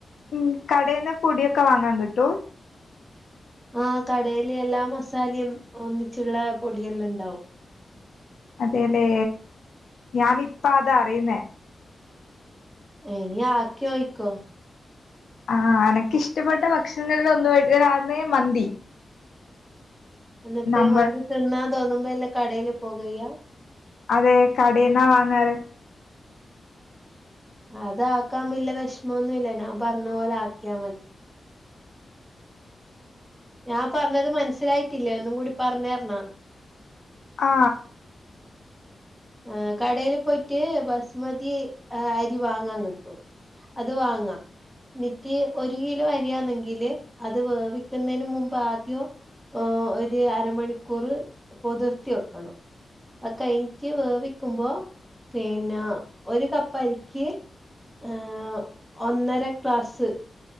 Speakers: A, on the left; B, in the centre.
A: ഉം കടെന്ന് പൊടിയൊക്കെ വാങ്ങാൻ കിട്ടൂ
B: ആ കടെ ല് എല്ലാ മസാലയും ഒന്നിച്ചുള്ള പൊടിയെല്ലാം ഉണ്ടാവും
A: അതെല്ലേ ഞാനിപ്പ അതാ അറിയുന്നേ
B: എനി ആക്കിയോ യ് ക്കോ
A: ആഹ എനക്കി ഷ്ടപ്പെട്ട ഭക്ഷണങ്ങളിൽ ഒന്നതാണ് മന്തി
B: എന്നിട്ട്
A: നമ്മൾ
B: മന്തി തിന്നാൻ തോന്നുമ്പോ എല്ലാം കടല് പോകയചെയ്യാ
A: അതെ കടെന്നാ വാങ്ങാറ്
B: അത ആക്കാൻമ്പില്ല വിഷമൊന്നുമല്ല ഞാൻ പറഞ്ഞ പോലെ ആക്കിയാ മതി. ഞാൻ പറഞ്ഞത് മനസ്സിലായിട്ടില്ലേ ഒന്നും കൂടി പറഞ്ഞ തരണൊ
A: ആ
B: ആ കടെല് പോയിട്ട് ബസ്മതി അരി വാങ്ങാൻ കിട്ടും അത് വങ്ങ നിറ്റ് ഒരു കിലോ അരിയാന്നെങ്കില് അത് വേവിക്കുന്നതിന് മുമ്പ് ആദ്യം ഒരു അരമണിക്കൂർ പൊതിർത്തി വെക്കണം അത് കഴി കുറ്റ വേവിക്കുമ്പോ പിന്നെ ഒരു കപ്പരിക്ക് ഏ ഒന്നര ക്ലാസ്സ്